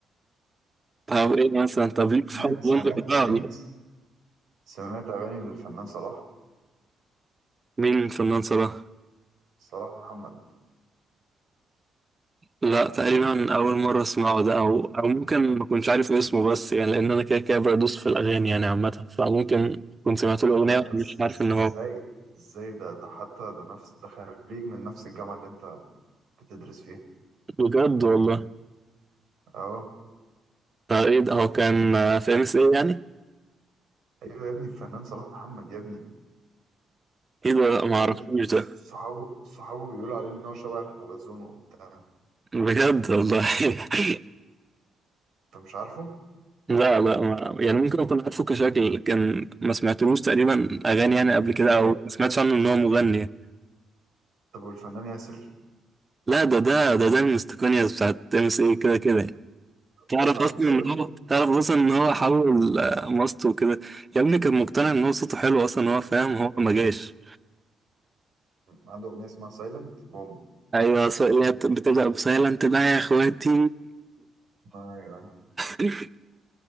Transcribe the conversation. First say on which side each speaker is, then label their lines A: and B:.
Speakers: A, on the right (about 20°); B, on the right (about 70°).
A: طب إيه مثلا طب ليك
B: سمعت
A: في حب بونجا
B: سمعت
A: ده
B: أغاني
A: ولا
B: سمعت أغاني للفنان صلاح
A: مين فنان صراحة؟
B: صلاح محمد
A: لا تقريبا أول مرة أسمعه ده أو أو ممكن ما كنتش عارف اسمه بس يعني لأن أنا كده كده بدوس في الأغاني يعني عامة فممكن كنت سمعت له أغنية
B: لا بس
A: مش عارف
B: بس
A: إن
B: ازاي
A: هو
B: ازاي ده ده حتى ده نفس ده خريج من نفس الجامعة اللي انت بتدرس فيها
A: بجد والله
B: اه
A: آه، ايه ده هو كان آه، في ام اس ايه يعني
B: ايوه يا ابني الفنان صلاح محمد يا ابني
A: ايه ده ما اعرفوش
B: يا ابني
A: ده
B: صحابه صحابه بيقولوا عليه ان هو شبه الحلزون وبتاع
A: بجد والله <laughs>
B: انت مش عارفه
A: لا لا ما يعني ممكن اكون عارفه كشكل لكن ما سمعتلوش تقريبا اغاني يعني قبل كده
B: طب
A: او ما سمعتش عنه ان هو مغني يعني.
B: طب والفنان ياسر
A: لا ده ده ده ده من استقنية بتاعت ام اس ايه كده كده يعني. تعرف
B: الأغنية بتاعته
A: اصلا
B: سايلنت
A: ان هو تعرف اصلا ان هو حول آه، ماسته وكده يا ابني كان مقتنع ان هو صوته حلو اصلا هو فاهم هو ما جاش
B: عنده اغنية اسمها سايلنت بوم
A: ايوه ص- هي بت- بتبدا بسايلنت بقى يا اخواتي
B: ايوه
A: <laughs>